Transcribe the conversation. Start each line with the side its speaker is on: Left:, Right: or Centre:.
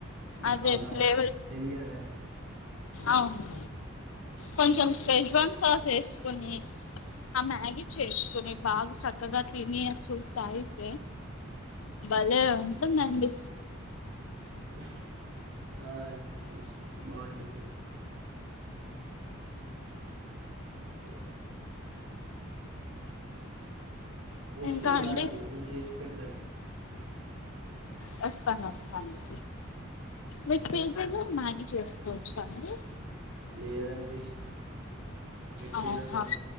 Right: అంటే
Left: అదే
Right: బాగా
Left: ఫ్లేవర్
Right: తెలియాలని.
Left: అవును కొంచెం శేష్ పంప్స్ సాస్ చేసుకోని ఆ మ్యాగీ చేసుకుని బాగా చక్కగా తిని ఆ సూప్ తాగితే భలే ఉంటుందండి.
Right: ఆహ్. ఆహ్ అండి బాగుంటుంది. ఓహో ఇష్టం
Left: ఇంకా అండి
Right: రాండి నేను చేసి పెడతాలేండి.
Left: వస్తాను వస్తాను మీకు పీజీలో మ్యాగీ చేసుకోవచ్చా అండి.
Right: లేదండి. కెటిల్
Left: అవునా
Right: ఉండాల.